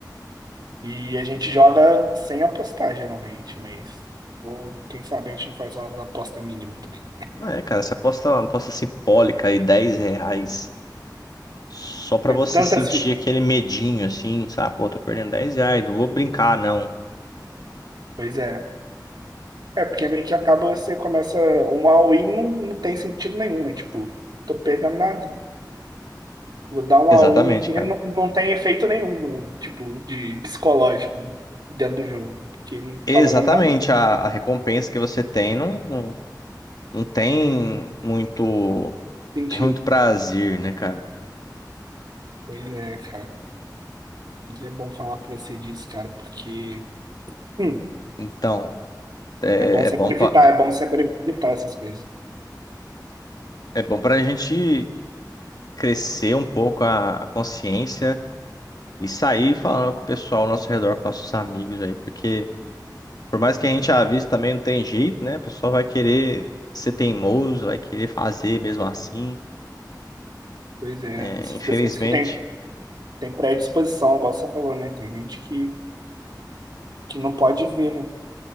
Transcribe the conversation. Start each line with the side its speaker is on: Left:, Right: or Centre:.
Right: E a gente joga sem apostar, geralmente, mas vou, quem sabe a gente não faz uma aposta mínima também.
Left: É, cara, você aposta uma aposta simbólica aí, 10 reais, só pra você
Right: Tantas
Left: sentir
Right: fichas.
Left: aquele medinho, assim, sabe? Pô, tô perdendo 10 reais, não vou brincar, não.
Right: Pois é. É, porque meio que acaba você começa. Um all-in não, não tem sentido nenhum, né? Tipo, tô perdendo nada. Vou dar um
Left: Exatamente,
Right: all-in aqui,
Left: cara.
Right: não, não tem efeito nenhum, né? tipo, de psicológico dentro do jogo. Porque não
Left: Exatamente,
Right: tá valendo nada.
Left: a, a recompensa que você tem não, não, não tem muito,
Right: Sentido.
Left: tem muito prazer, né, cara?
Right: Pois é, cara. Mas É bom falar com você disso, cara, porque. hum,
Left: Então, é,
Right: é bom sempre
Left: é bom pra,
Right: evitar, é bom sempre evitar essas coisas.
Left: é bom pra gente crescer um pouco a a consciência E sair falando com o pessoal ao nosso redor, com nossos amigos aí, porque por mais que a gente avise também não tem jeito, né? O pessoal vai querer ser teimoso, vai querer fazer mesmo assim.
Right: Pois é,
Left: É,
Right: essas
Left: infelizmente.
Right: pessoas que têm, têm predisposição, igual você falou, né? Tem gente que, que não pode ver, né?